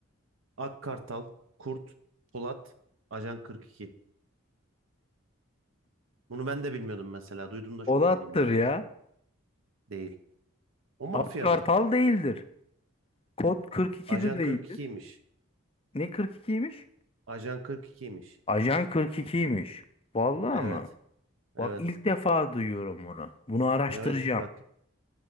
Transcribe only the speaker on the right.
Ak Kartal, Kurt, Polat, Ajan 42. Bunu ben de bilmiyordum mesela. Duyduğumda şok
oldum yani.
Değil. O mafyadı.
Ajan
42'ymiş.
Ajan 42'ymiş.
Evet.
Evet.
Evet bak